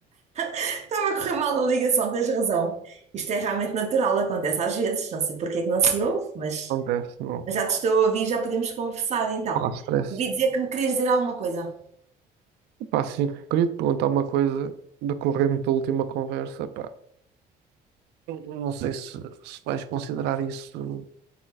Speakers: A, on the right; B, on the right.
A: Estava a correr mal a ligação, tens razão. Isto é realmente natural, acontece às vezes. Não sei porque é que não se ouve, mas,
B: Acontece, não,
A: mas já te estou a ouvir, já podemos conversar então.
B: não há stress.
A: Ouvi dizer que me querias dizer alguma coisa.
B: Pá, sim, queria te perguntar uma coisa decorrente da última conversa, pá. Eu Não sei se, se vais considerar isso